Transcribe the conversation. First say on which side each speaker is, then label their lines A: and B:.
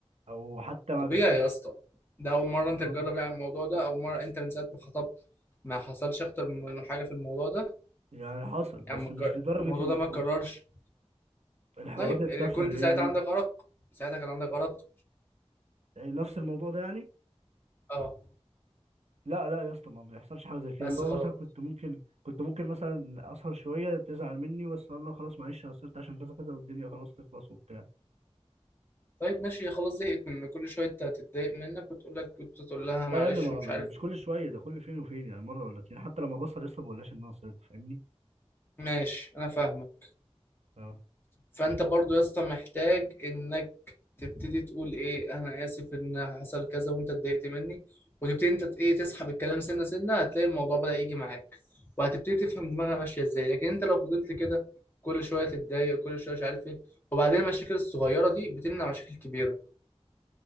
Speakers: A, on the right (about 75°); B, on the left (about 20°).
A: أو حتى ما
B: طبيعي
A: بتصدق
B: يا اسطى ده اول مرة
A: اللي
B: انت
A: هو
B: تجرب يعني الموضوع ده او مرة انت من ساعة ما خطبت ما حصلش اكتر من حاجة في الموضوع ده
A: يعني حصل بس
B: يعني ما
A: مش
B: اتكر-
A: لدرجة
B: الموضوع
A: ال-
B: ده ما اتكررش
A: ال- الحوارات
B: طيب
A: التافهة
B: كنت
A: اللي
B: ساعتها
A: هي دي
B: عندك ارق ساعتها كان عندك ارق
A: يعني نفس الموضوع ده يعني
B: اه
A: لا لا يا اسطى ما بيحصلش حاجة زي كده
B: بس
A: اللي هو
B: خلاص
A: مثلا كنت ممكن كنت ممكن مثلا أسهر شوية تزعل مني بس أقول لها خلاص معلش أنا قصرت عشان كذا كذا والدنيا خلاص تخلص وبتاع
B: طيب ماشي خلاص زهقت من كل شويه تتضايق منك وتقول لك كنت تقول لها
A: لا
B: معلش
A: يا ابني ما
B: ومش عارف
A: مش
B: ايه
A: كل شوية ده كل فين وفين يعني مرة ولا اتنين حتى لما بسهر يا اسطى ما بقولهاش إن أنا قصرت فاهمني؟
B: ماشي انا فاهمك
A: اه
B: فانت برضو يا اسطى محتاج انك تبتدي تقول ايه انا اسف ان حصل كذا وانت اتضايقت مني وتبتدي انت ت- ايه تسحب الكلام سنه سنه هتلاقي الموضوع بدأ يجي معاك وهتبتدي تفهم دماغها ماشيه ازاي لكن انت لو فضلت كده كل شويه تتضايق كل شويه مش عارف ايه وبعدين المشاكل الصغيره دي بتمنع مشاكل كبيره